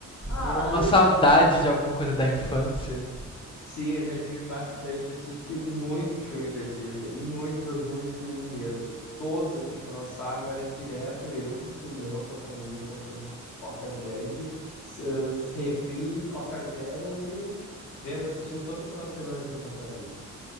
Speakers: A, on the left; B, on the left.
A: Ah,
B: uma
A: eu.
B: saudade de alguma coisa da infância.
A: Sim, eu já tive bastante. Assisti muito filme da Disney. Muito, mas muito filme mesmo. Todos, assim, que lançavam, era direto eu no cinema com a família, comprando pipoca grande, s- s- refri, Coca Zero e vendo, assistindo todo final de semana junto à família.